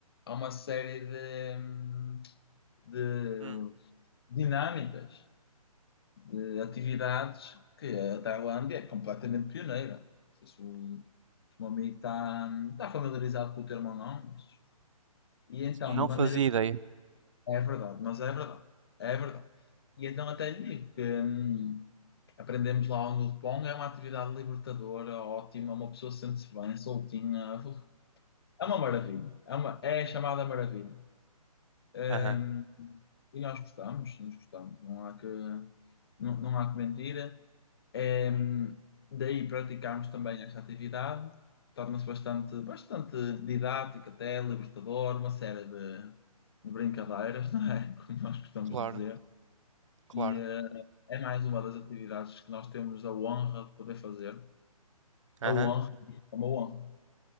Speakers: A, on the left (about 40°); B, on the right (about 55°).
A: há uma série de, hum, de
B: hum.
A: dinâmicas de atividades que a Tailândia é completamente pioneira. Não sei se o, se o meu amigo está está familiarizado com o termo ou não, mas... E então,
B: Não
A: de
B: fazia
A: maneira...
B: ideia.
A: É verdade, mas é verdade. É verdade. E então até lhe digo que hum, aprendemos lá o Nudpong, é uma atividade libertadora, ótima, uma pessoa sente-se bem, soltinha. uf, É uma maravilha. É, uma, é a chamada maravilha. Hum,
B: Aham.
A: e nós gostamos, nós gostamos. Não há que, não, não há que mentir. Ehm, daí praticarmos também esta atividade, torna-se bastante, bastante didática, até libertador, uma série de, de brincadeiras, não é? <laughs> Como nós costumamos
B: Claro,
A: dizer.
B: claro.
A: E eh, é mais uma das atividades que nós temos a honra de poder fazer.
B: Aham.
A: A honra, é uma honra.